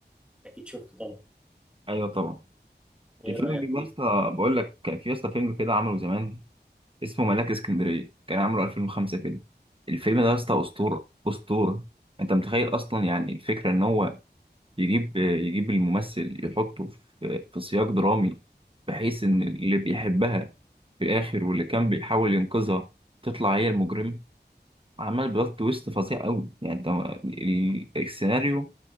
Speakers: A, in the centre; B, on the right.
A: اكيد شفته طبعا
B: ايوه طبعا
A: ايه
B: الفيلم
A: رايك
B: ده
A: فيه؟
B: يا اسطى بقول لك كان في يا اسطى فيلم كده عمله زمان اسمه ملاك اسكندريه كان عامله 2005 كده الفيلم ده يا اسطى اسطوره اسطوره انت متخيل اصلا يعني الفكره ان هو يجيب يجيب الممثل يحطه في في سياق درامي بحيث إن اللي بيحبها في الآخر واللي كان بيحاول ينقذها تطلع هي المجرم عمل بلوت تويست فظيع أوي يعني أنت ال- السيناريو